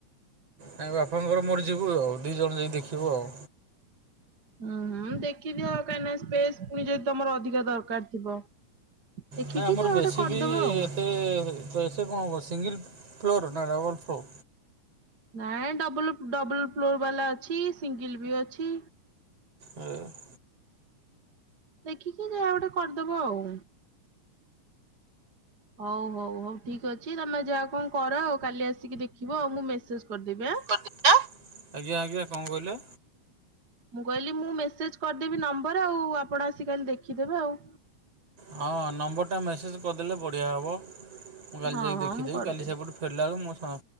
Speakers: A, on the right; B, on the right.
A: ନାଇ ବାପାଙ୍କର ମୋର ଯିବୁ ଆଉ, ଦି ଜଣ ଯାଇ ଦେଖିବୁ ଆଉ
B: ହୁଁ ହଁ ଦେଖିଦିଅ କାହିଁକିନା, ସ୍ପେସ ପୁଣି ଯଦି ତମର ଅଧିକା ଦରକାର ଥିବ ଦେଖିକି
A: ନାଇଁ, ଆମର
B: ଯାହା
A: ବେଶୀ
B: ଗୋଟେ କରିଦବ
A: ବି
B: ଆଉ।
A: ଏତେ ସେ କଣ ସିଙ୍ଗଲ ଫ୍ଲୋର ନା ଡବଲ ଫ୍ଲୋ
B: ନାଇଁ ଡବଲ, ଡବଲ ଫ୍ଲୋର ବାଲା ଅଛି, ସିଙ୍ଗଲ ବି ଅଛି।
A: ଆ। <unintelligible>
B: ଦେଖିକି ଯାହା ଗୋଟେ କରିଦବୁ ଆଉ ହଉ ହଉ ହଉ ଠିକ ଅଛି ତମେ ଯାହା କଣ କର ଆଉ କାଲି ଆସିକି ଦେଖିବ ଆଉ ମୁଁ ମେସେଜ କରିଦେବି ଆଁ।
A: ଆଜ୍ଞା, ଆଜ୍ଞା କଣ କହିଲେ?
B: ମୁଁ କହିଲି ମୁଁ ମେସେଜ କରିଦେବି ନମ୍ବର ଆଉ ଆପଣ ଆସି କାଲି ଦେଖିଦେବେ ଆଉ।
A: ହଁ ନମ୍ବରଟା ମେସେଜ କରିଦେଲେ ବଢିଆ ହବ। ମୁଁ କାଲି
B: ହଁ
A: ଯାଇକି ଦେଖିଦେବି,
B: ହଁ ମୁଁ କରିଦେବି
A: କାଲି ସେପଟୁ ଫେରିଲା ବେଳ ମୁଁ ସଂ